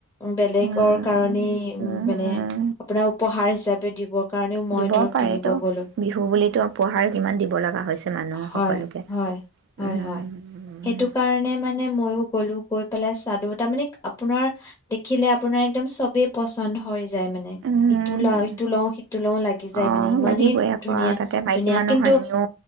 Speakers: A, on the left; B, on the right.
A: বেলেগৰ
B: উম
A: কাৰণেই
B: উম,
A: মানে আপোনাক উপহাৰ হিচাপে দিবৰ কাৰণেও মই
B: দিব
A: ধৰক
B: পাৰেতো
A: কিনিব গলো
B: বিহু বুলিতো উপহাৰ কিমান দিব লগা হৈছে মানুহ
A: হয়
B: সকলোকে
A: হয় হয়
B: উম
A: হয় সেইটো কাৰণে মইও গ'লো গৈ পেলাই চালো তাৰ মানে আপোনাৰ দেখিলে আপোনাৰ এক্দম চবেই পচন্দ হয় যায় মানে,
B: উম
A: ইটো লওঁ,
B: উম,
A: ইটো লওঁ সিটো লওঁ, লাগি যায়
B: অঁ
A: মানে, ইমানেই
B: লাগিবই আকৌ
A: ধুনীয়া
B: আৰু তাতে মাইকী
A: ধুনীয়া
B: মানুহৰ
A: কিন্তু
B: এনেও